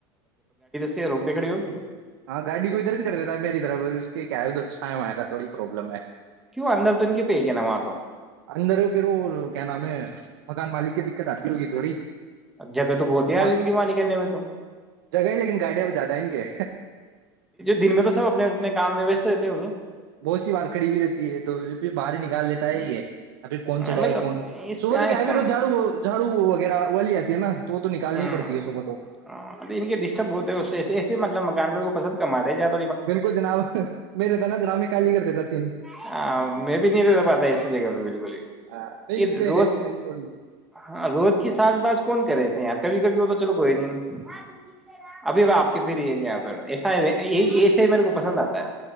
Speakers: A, in the centre; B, on the right.
A: چ روم پے کڑی ہو گی <unintelligible>
B: ہاں گاڑی کو ادھر بھی کر دیتا میری طرف کیا ادھر چھائے ہواں کا تھوڑی پروابلم ہے
A: کیوں اندر تو ان کے پی کے ہے نا وہاں تو
B: اندر ہو پھر وہ کیا نام ہے مکان مالک کی دقت آتی ہوگی تھوڑی
A: جگہ تو بہت ہیں اارجن
B: وہاں
A: کی وانی کرنے میں تو
B: جگہ ہی لیکن گاڑیاں وہ زیادہ ہے ان کے
A: دن میں تو سب اپنے اپنے کام میں وس رہتے ہوں گے
B: بہت سی بار کھڑی ہو رہتی ہے توھر باہر نکال لیتا ہے یہ ہے اھر
A: گے
B: کون چڑھا ہے
A: مطلب
B: کون
A: اس
B: صب
A: کا
B: کیا
A: اس
B: ہے
A: کا
B: پھر جاڑو جھاو وغیرہ ویا نا <unintelligible>
A: ہ
B: پڑتی ہے صبح تو
A: ڈسٹرب بت سی م مکان میں کو پسند کماے جات
B: بالکل جناب میرے تھا نا جناب میں کالیگرڑھ دیتا تھا
A: ہ میں بھی نہیں رہ رہ پاتا ایسی جگہ پہ بالکل بھی
B: نہیں
A: کہ
B: اس کے
A: روز
B: ہے ہی صحیح تھوڑی
A: ہاں روز کی ساز باز کون کرےسے کبھی کبھی وہ تو چلو کوئی نہیں ابھی آپ کی پھر یہ نہیں پ ایسا ایسا ہی مے کو پسند آتا ہے